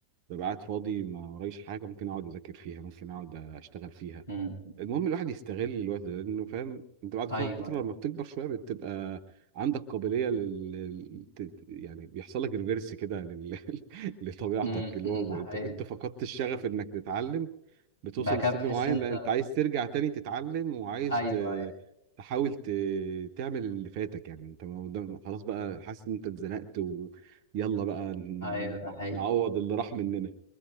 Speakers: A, on the right; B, on the left.
A: ببقى قاعد فاضي ما ورايش حاجه ممكن اقعد اذاكر فيها ممكن اقعد اشتغل فيها
B: امم امم.
A: المهم الواحد يستغل الوقت ده لانه فاهم انت بعد
B: ايوه
A: فتره لما بتكبر شويه بتبقى عندك قابليه لل لل- ت- يعني بيحصل لك ريفيرس كده لل... <laughs> لطبيعتك
B: امم
A: اللي
B: أمم،
A: هو
B: ده
A: ب-
B: حقيقي
A: انت كنت فقدت الشغف انك تتعلم بتوصل
B: بعد كده
A: لسن
B: بتحس
A: معين
B: انت
A: لا انت عايز ترجع تاني تتعلم وعايز
B: ايوه
A: ت...
B: ايوه
A: تحاول ت... تعمل اللي فاتك يعني انت ما قدام- خلاص بقى حاسس ان انت اتزنقت ويلا بقى ن...
B: ايوه ده
A: ن-
B: حقيقي
A: نعوض اللي راح مننا